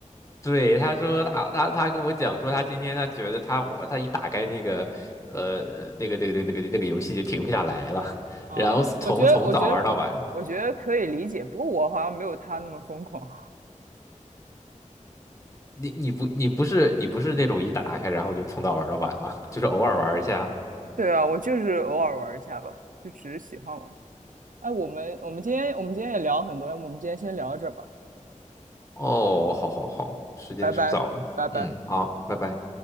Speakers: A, on the left (about 25°); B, on the right (about 80°).
A: 对，他说他他他跟我讲说，他今天他觉得他我他一打开那个呃那个那个那个那个那个游戏就停不下来了，<laughs>
B: 哦、
A: 然后从从早玩到晚。
B: 我觉得我觉得我觉得可以理解，不过我好像没有他那么疯狂。
A: 你你不你不是你不是那种一打开然后就从早玩到晚吗？就是偶尔玩一下。
B: <laughs> 对啊，我就是偶尔玩一下吧，就只是喜欢玩儿。哎，我们我们今天我们今天也聊很多，要不我们今天先聊到这儿吧，
A: 哦，好好好，时间是不早了。
B: 拜拜拜拜。
A: 嗯，好，拜拜。